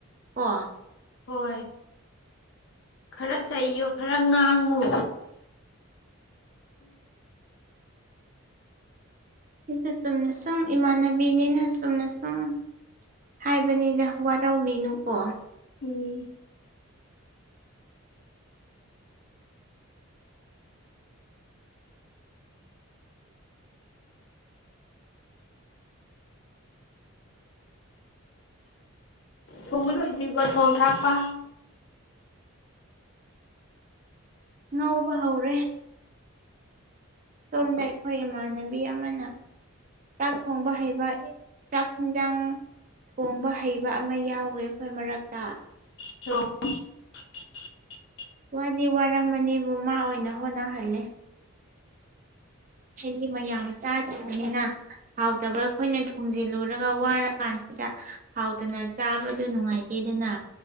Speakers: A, on the right; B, on the left.
A: ꯀꯣ
B: ꯍꯣꯏ ꯈꯔ ꯆꯩꯌꯣ ꯈꯔ ꯉꯥꯡꯉꯣ
A: ꯑꯩꯁꯨ ꯆꯨꯝꯅ ꯁꯨꯝ ꯏꯃꯥꯟꯅꯕꯤꯅꯤꯅ ꯆꯨꯝꯅ ꯁꯨꯝ ꯍꯥꯏꯕꯅꯤꯗ ꯋꯥꯔꯧꯕꯤꯅꯨꯀꯣ
B: ꯎꯝ <inaudible> ꯊꯣꯡꯕ ꯂꯣꯏꯗꯔ꯭ꯤꯕꯣ ꯊꯣꯡꯕ ꯊꯥꯛꯄ
A: ꯉꯧꯕ ꯍꯧꯔꯦ ꯁꯣꯝꯗ ꯑꯩꯈꯣꯏ ꯏꯃꯥꯟꯅꯕꯤ ꯑꯃꯅ ꯆꯥꯛ ꯊꯣꯡꯕ ꯍꯩꯕ ꯆꯥꯛ ꯏꯟꯖꯥꯡ ꯊꯣꯡꯕ ꯍꯩꯕ ꯑꯃ ꯌꯥꯎꯋꯦ ꯑꯩꯈꯣꯏ ꯃꯔꯛꯇ
B: <unintelligible>
A: ꯋꯥꯗꯤ ꯋꯥꯔꯝꯃꯅꯤꯕꯨ ꯃꯥ ꯑꯣꯏꯅ ꯍꯣꯠꯅꯍꯜꯂꯦ ꯁꯤꯗꯤ ꯃꯌꯥꯝ ꯆꯥꯗꯣꯏꯕꯅꯤꯅ ꯍꯥꯎꯇꯕ ꯑꯩꯈꯣꯏꯅ ꯊꯣꯡꯖꯤꯜꯂꯨꯔꯒ ꯋꯥꯔ ꯀꯥꯟꯁꯤꯗ ꯍꯥꯎꯇꯅ ꯆꯥꯕꯗꯨ ꯅꯨꯡꯉꯥꯏꯇꯦꯗꯅ